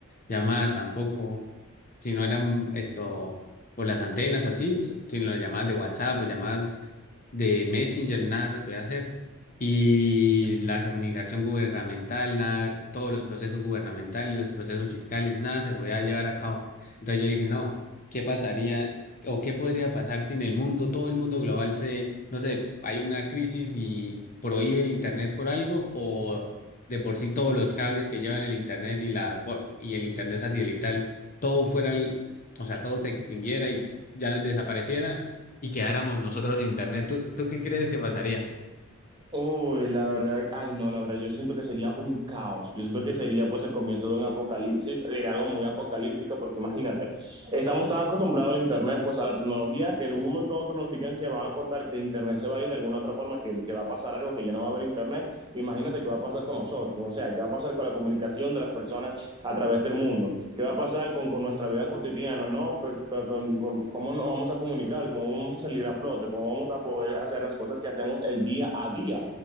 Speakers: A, on the left; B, on the right.
A: llamadas tampoco. si no eran esto por las antenas así, sino las llamadas de WhatsApp o llamadas de Messenger, nada se podía hacer. Y la comunicación gubernamental, nada, todos los procesos gubernamentales, los procesos fiscales, nada se podía llevar a cabo. Entonces yo dije, no, ¿qué pasaría o qué podría pasar si en el mundo, todo el mundo global se, no sé, hay una crisis y prohíben Internet por algo o de por sí todos los cables que llevan el Internet y, la, por- y el Internet satelital, todo fuera, el- o sea, todo se extinguiera y ya desapareciera y quedáramos nosotros de internet. ¿Tú, tú qué crees que pasaría?
B: Uy, la verdad, ay no, la verdad, yo siento que sería un caos. Yo siento que sería pues el comienzo de un apocalipsis, sería algo muy apocalíptico, porque imagínate, estamos tan acostumbrados al internet, pues a la tecnología, que de un momento a otro nos digan que van a cortar, que el internet se va a ir de alguna otra forma, que, que va a pasar algo, que ya no va a haber internet. Imagínate qué va a pasar con nosotros, o sea, qué va a pasar con la comunicación de las personas a través del mundo, qué va a pasar con, con nuestra vida cotidiana, ¿no? Con, con- con- con cómo nos vamos a comunicar, cómo vamos a salir a flote, cómo vamos a poder hacer las cosas que hacemos el día a día.